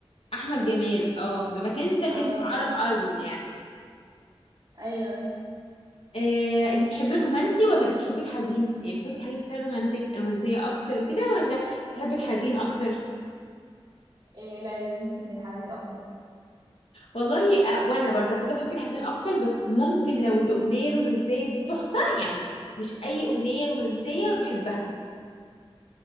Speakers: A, on the left (about 75°); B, on the right (about 50°).
A: أحمد جمال اه ده مكان ده
B: اه
A: كان في عرب ايدول يعني
B: ايوه
A: آه، انت بتحبي الرومانسي ولا بتحبي الحزين يعني بتحبي الحاجات اللي فيها رومانتك رومانسية اكتر وكده ولا بتحبي الحزين اكتر
B: إيه لا ممكن الحزين اكتر
A: والله آه، وانا برضه على فكرة بحب الحزين اكتر بس ممكن لو الاغنية الرومانسية دي تحفة يعني مش اي اغنية رومانسية بحبها